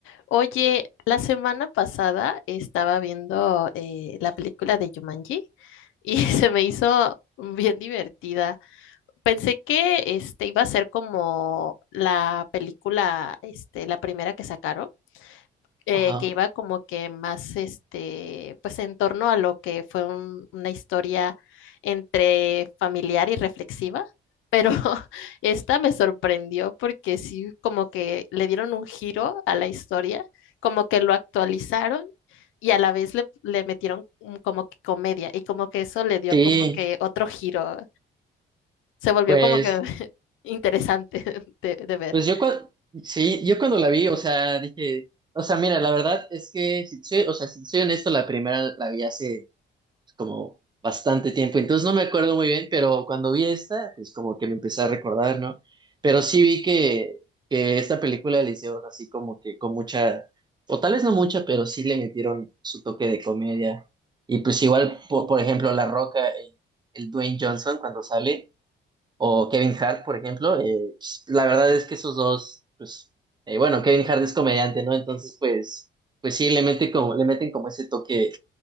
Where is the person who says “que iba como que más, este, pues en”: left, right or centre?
Left